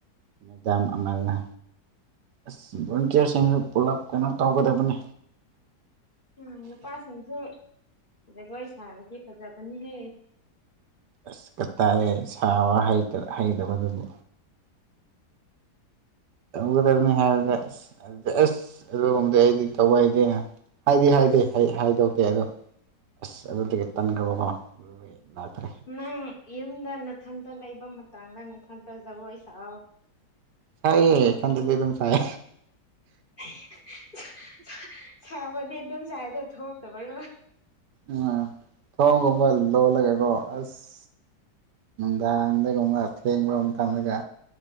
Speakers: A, on the right; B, on the left.
A: ꯃꯦꯗꯥꯝ ꯑꯃꯜꯅ ꯑꯁ ꯚꯣꯂꯟꯇꯤꯌꯔꯁꯤꯡꯁꯨ ꯄꯨꯂꯞ ꯀꯩꯅꯣ ꯇꯧꯒꯗꯕꯅꯤ
B: ꯑꯪ ꯅꯨꯄꯥꯁꯤꯡꯁꯨ ꯖꯒꯣꯏ ꯁꯥꯕꯗꯤ ꯐꯖꯕꯅꯤꯍꯦ
A: ꯑꯁ ꯀꯥꯇꯏꯔꯦ ꯁꯥꯕ ꯍꯩꯇꯦ ꯍꯩꯇꯕꯗꯨꯕꯨ ꯇꯧꯒꯗꯕꯅꯤ ꯍꯥꯏꯕꯗ ꯑꯁ ꯑꯗꯨꯗꯤ ꯑꯁ ꯑꯗꯨꯒꯨꯝꯕꯗꯤ ꯑꯩꯗꯤ ꯇꯧꯑꯏꯗꯦ ꯍꯥꯏꯗꯤ ꯍꯥꯏꯗꯤ
B: ꯑꯁ
A: ꯍꯩ ꯍꯥꯏꯗꯧꯇꯦ ꯑꯗꯣ ꯑꯁ ꯑꯗꯨꯗꯒꯤ ꯇꯟꯈ꯭ꯔꯕꯀꯣ ꯑꯗꯨꯗꯤ ꯂꯥꯛꯇ꯭ꯔꯦ
B: ꯅꯪ ꯌꯨꯝꯗ ꯅꯥꯊꯟꯇ ꯂꯩꯕ ꯃꯇꯥꯡꯗ ꯅꯊꯟꯇ ꯖꯒꯣꯏ ꯁꯥꯥꯎ
A: ꯁꯥꯏꯌꯦ ꯏꯟꯗꯗꯤ ꯑꯗꯨꯝ ꯁꯥꯏ
B: <unintelligible> ꯁꯥꯕꯗꯤ ꯑꯗꯨꯝ ꯁꯥꯏꯗꯣ ꯊꯣꯛꯇꯕꯩꯔꯣ
A: ꯎꯝ ꯊꯣꯡꯒꯨꯝꯕ ꯂꯣꯜꯂꯒꯦꯀꯣ ꯑꯁ ꯅꯨꯡꯗꯥꯡꯗꯒꯨꯝꯕ ꯊꯦꯡꯂꯕ ꯃꯇꯝꯗꯒ